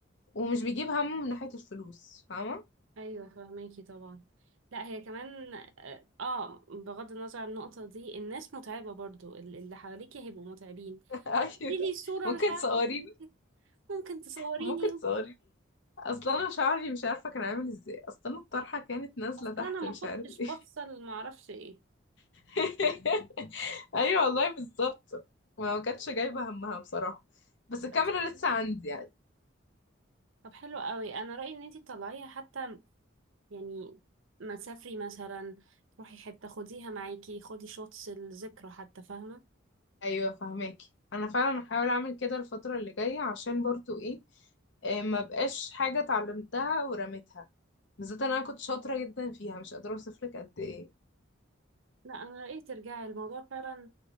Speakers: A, on the left; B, on the right.
A: ومش بيجيب همه من ناحيه الفلوس فاهمه
B: ايوه فهماكي طبعا لا هي كمان اه آه، بغض النظر عن النقطه دي الناس متعبه برضو ال- اللي حواليكي هيبقوا متعبين
A: <laughs> ايوه
B: دي لي صوره
A: ممكن
B: مش عارفه
A: تصوريني
B: أقول لك إيه. ممكن تصوريني
A: ممكن تصوريني اصلا انا شعري مش عارفه كان عامل ازاي اصلا الطرحه كانت نازله
B: اصلا
A: تحت
B: انا ما
A: مش
B: كنتش
A: عارف ايه.
B: بفصل ما اعرفش ايه
A: <laughs>
B: لا
A: ايوه والله بالظبط ما كانتش جايبه همها بصراحه بس
B: بقى
A: الكاميرا
B: سخيفة.
A: لسه عندي يعني
B: طب حلو قوي انا رايي ان انتي تطلعيها حتى يعني ما تسافري مثلا تروحي حته خديها معاكي خدي شوتس الذكرى حتى فاهمه
A: ايوه فهماكي انا فعلا هحاول اعمل كده الفتره اللي جايه عشان برضو ايه إيه، ما بقاش حاجه اتعلمتها ورميتها بالذات إن انا كنت شاطره جدا فيها مش قادره اوصفلك قد ايه
B: لا انا رأيي ترجعي الموضوع فعلا